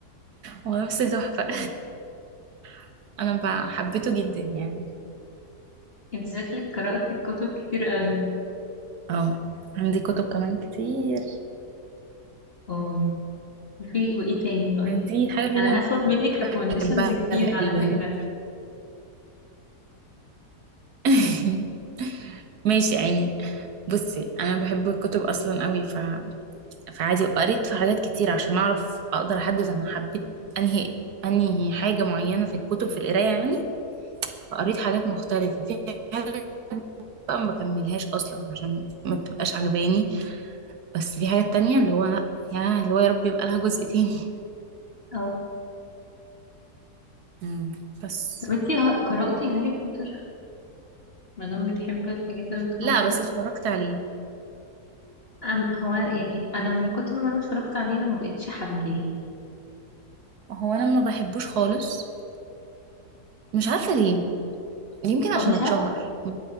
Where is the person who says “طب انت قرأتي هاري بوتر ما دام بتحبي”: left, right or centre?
Left